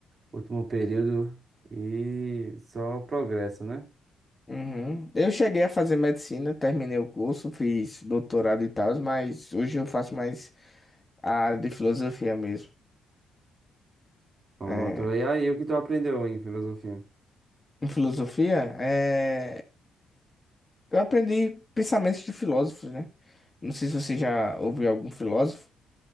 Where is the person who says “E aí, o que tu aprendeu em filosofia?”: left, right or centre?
Right